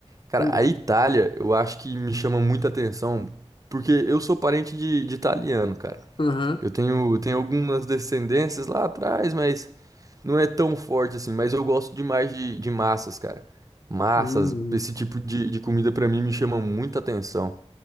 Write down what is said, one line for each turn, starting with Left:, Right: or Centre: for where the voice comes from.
Right: Cara,
Left: Hum.
Right: a Itália, eu acho que me chama muita atenção, porque eu sou parente de, de italiano, cara.
Left: Aham.
Right: Eu tenho, tenho algumas descendências lá atrás, mas não é tão forte assim. Mas eu gosto demais de, de massas, cara. Massas,
Left: Hum.
Right: esse tipo de, de comida pra mim me chama muita atenção.